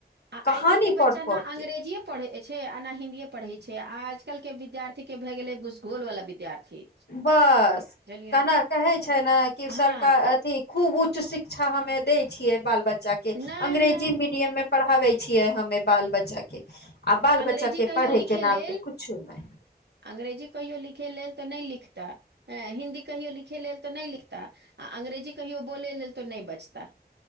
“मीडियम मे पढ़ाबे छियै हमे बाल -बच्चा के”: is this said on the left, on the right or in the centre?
Left